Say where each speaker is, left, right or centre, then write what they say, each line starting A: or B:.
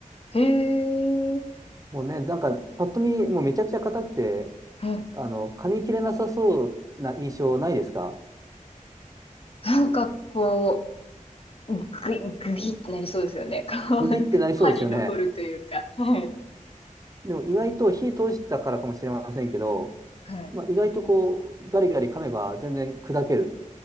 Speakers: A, on the left; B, on the right.
A: へえ。
B: もうね、なんかパッと見、もうめちゃくちゃ硬くて、
A: はい。
B: あの、噛み切れなさそうな印象ないですか
A: なんかこう、グイグぎってなりそうですよね。<laughs> こう、
B: ブギってなりそうですよね。
A: なんか歯に残るというか。はい。
B: でも意外と火通したからかもしれませんけど、
A: はい。
B: まあ、意外とこう、ガリガリ噛めば全然砕ける